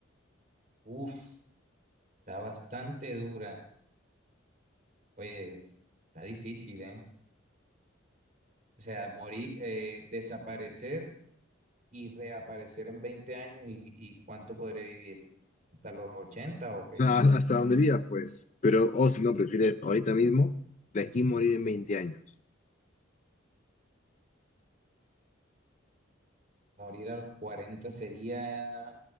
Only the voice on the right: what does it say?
Uf, está bastante dura. Oye, está difícil, ¿eh? O sea, morir, eh, desaparecer y reaparecer en 20 años y, y ¿cuánto podré vivir? ¿Hasta los 80 o qué?
Morir a los cuarenta sería